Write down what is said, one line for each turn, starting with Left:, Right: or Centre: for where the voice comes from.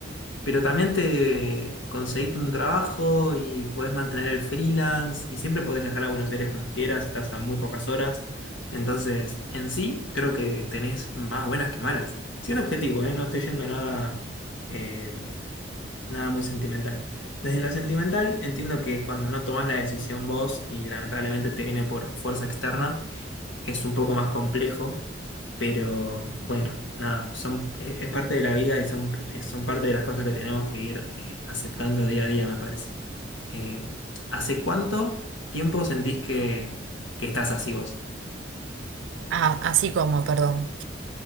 Left: pero también te conseguiste un trabajo y puedes mantener el freelance y siempre puedes viajar a Buenos Aires cuando quieras, estás a muy pocas horas. Entonces, en sí, creo que tenés más buenas que malas. Siendo objetivo, ¿eh? No estoy yendo a nada eh, nada muy sentimental. Desde lo sentimental, entiendo que cuando no tomas la decisión vos y lamentablemente te viene por fuerza externa, es un poco más complejo, pero bueno, nada, son, es, es parte de la vida y son, eh, son parte de las cosas que tenemos que ir eh, aceptando día a día, me parece. Eh, ¿hace cuánto tiempo sentís que, que estás así vos?
Right: Ah, así como, perdón.